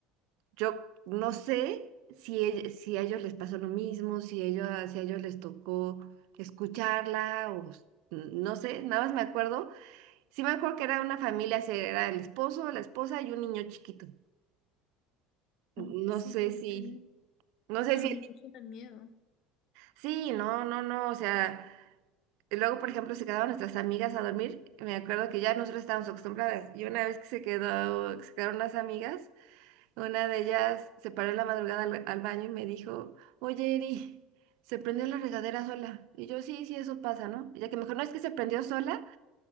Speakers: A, on the right; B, on the left.
A: Yo no sé si, ell- si a ellos les pasó lo mismo, si, ellos, si a ellos les tocó escucharla o s- no sé, nada más me acuerdo. Sí me acuerdo que era una familia, si era el esposo, la esposa y un niño chiquito. No
B: Ah, sí,
A: sé
B: porque,
A: si, no sé
B: claro,
A: si,
B: me imagino el miedo.
A: sí, no, no, no, o sea, y luego, por ejemplo, se quedaban nuestras amigas a dormir, me acuerdo que ya nosotros estábamos acostumbradas y una vez que se quedó, se quedaron las amigas. Una de ellas se paró en la madrugada al, al baño y me dijo, oye, Eri, se prendió la regadera sola. Y yo, sí, sí, eso pasa, ¿no? Ya que mejor no es que se prendió sola.